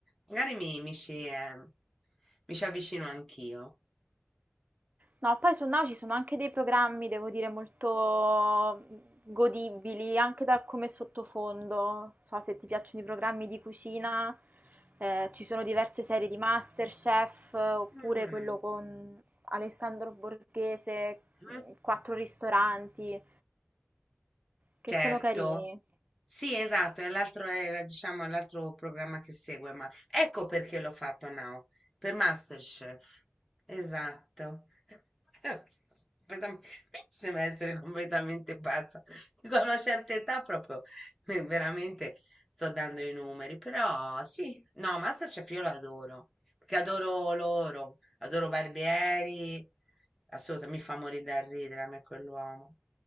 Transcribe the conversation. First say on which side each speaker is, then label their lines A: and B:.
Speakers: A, in the centre; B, on the right.
A: magari mi, mi ci, eh, mi ci avvicino anch'io.
B: No, poi su Now ci sono anche dei programmi, devo dire, molto godibili, anche da come sottofondo. Non So se ti piacciono i programmi di cucina, eh, ci sono diverse serie di MasterChef, eh, oppure
A: Mm,
B: quello con Alessandro Borghese,
A: mm.
B: mh, Quattro ristoranti, che
A: Certo.
B: sono carini.
A: Sì, esatto, è l'altro, era, diciamo, è l'altro programma che segue, ma ecco perché l'ho fatto now, per MasterChef. Esatto. <laughs> Completam- Mi sembra essere completamente pazza. Dico, a una certa età proprio, eh, veramente sto dando i numeri, però sì, no, MasterChef io lo adoro, perché adoro loro. Adoro Barbieri, assolutamente, mi fa morire da ridere a me quell'uomo.